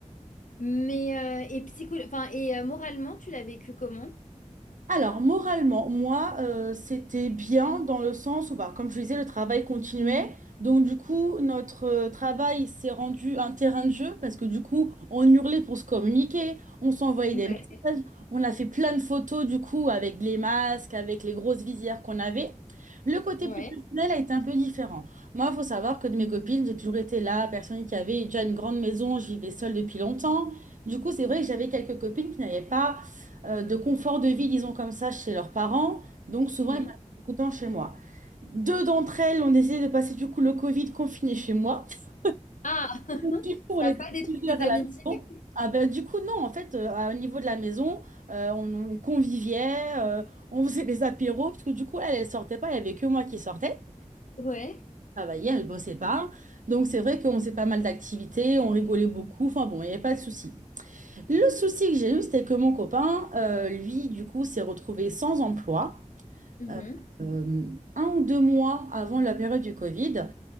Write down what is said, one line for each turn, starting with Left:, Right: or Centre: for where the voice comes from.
Left: Mais... euh, et psycho... enfin, et euh, moralement, tu l'as vécu comment?
Right: Alors, moralement, moi, euh, c'était bien dans le sens où, bah, comme je disais, le travail continuait. Donc, du coup, notre euh, travail s'est rendu un terrain de jeu parce que, du coup, on hurlait pour se communiquer, on s'envoyait
Left: Ouais.
Right: des messages, on a fait plein de photos, du coup, avec les masques, avec les grosses visières qu'on avait. Le côté
Left: Ouais.
Right: plus personnel a été un peu différent. Moi, il faut savoir que de mes copines, j'ai toujours été la personne qui avait déjà une grande maison, je vivais seule depuis longtemps. Du coup, c'est vrai que j'avais quelques copines qui n'avaient pas euh, de confort de vie, disons comme ça, chez leurs parents. Donc souvent,
Left: Mhm.
Right: ils passent beaucoup de temps chez moi. Deux d'entre elles ont décidé de passer du coup le Covid confiné chez moi. <laughs>
Left: Ah, <laughs>
Right: Du coup,
Left: ça
Right: on était
Left: n'a pas détruit
Right: plusieurs
Left: des
Right: à
Left: amitiés?
Right: la maison. Ah ben, du coup, non, en fait, euh, à- au niveau de la maison, euh, on, on conviviait, euh, on faisait des apéros, parce que du coup, elle, elle sortait pas, il n'y avait que moi qui sortais.
Left: Ouais.
Right: travaillait, elle bossait pas. Donc, c'est vrai qu'on faisait pas mal d'activités, on rigolait beaucoup, enfin bon, il n'y avait pas de souci. Le souci que j'ai eu, c'était que mon copain, euh, lui, du coup, s'est retrouvé sans emploi
Left: Mhm.
Right: euh, euh, un ou deux mois avant la période du Covid.